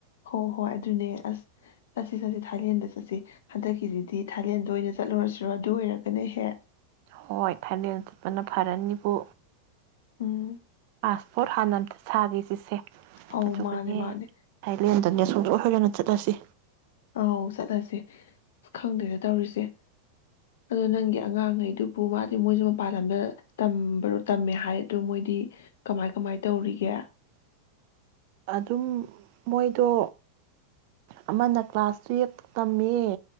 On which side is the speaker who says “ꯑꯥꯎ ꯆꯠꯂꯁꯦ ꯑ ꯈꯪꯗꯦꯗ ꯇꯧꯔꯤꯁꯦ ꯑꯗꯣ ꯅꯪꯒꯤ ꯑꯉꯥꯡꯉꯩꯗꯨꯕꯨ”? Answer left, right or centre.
Left